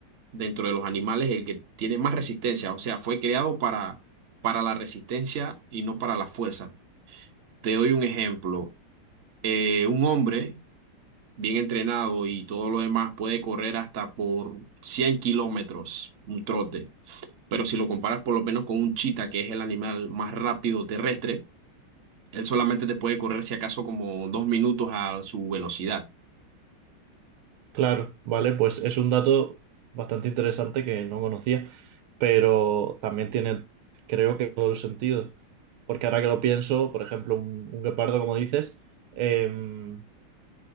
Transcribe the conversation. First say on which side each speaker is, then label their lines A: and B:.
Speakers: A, on the right; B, on the right.
A: dentro de los animales el que tiene más resistencia. O sea, fue creado para, para la resistencia y no para la fuerza. Te doy un ejemplo. Eh, un hombre bien entrenado y todo lo demás puede correr hasta por 100 kilómetros, un trote. pero si lo comparas por lo menos con un chita, que es el animal más rápido terrestre, él solamente te puede correr si acaso como dos minutos a su velocidad.
B: Claro, vale, pues es un dato bastante interesante que no conocía, pero también tiene, creo que todo el sentido, porque ahora que lo pienso, por ejemplo, un, un guepardo, como dices, em,